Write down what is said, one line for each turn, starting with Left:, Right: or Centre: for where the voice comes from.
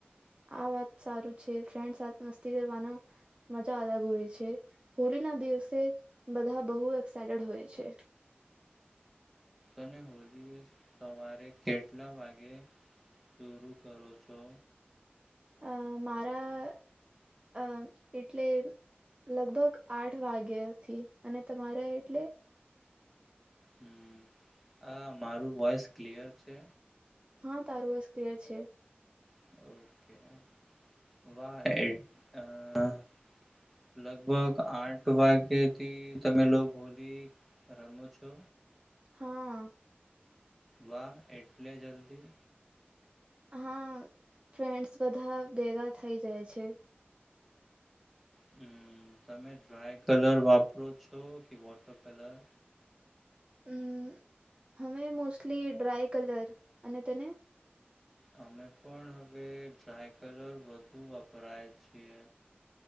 Right: આ વાત સારું છે ફ્રેન્ડ સાથે મસ્તી કરવાનું મજા અલગ હોય છે હોલી ના દિવસે બધા બહુ એક્સાઈટેડ હોય છે.
Centre: અને હોલીએ સવારે કેટલા વાગે શરૂ કરો છો.
Right: અ મારા અ એટલે લગભગ આઠ વાગ્યા થી અને તમારે એટલે
Centre: હ આ મારું વોઇસ ક્લિયર છે?
Right: હા તારું વસ ક્લિયર છે.
Centre: <unintelligible> લગભગ આઠ વાગ્યથી તમે લોક હોલી રમો છો?
Right: હા
Centre: વાહ એટલે જલ્દી
Right: હા ફ્રેન્ડ્સ બધા ભેગા થઈ જાય છે.
Centre: હમ તમે ડ્રાય કલર વાપરો છો કે વોટર કલર
Right: હમ હમે મોસ્ટલી ડ્રાય કલર અને તને
Centre: અમે પણ હવે ડ્રાય કલર વધુ વાપરાય છે.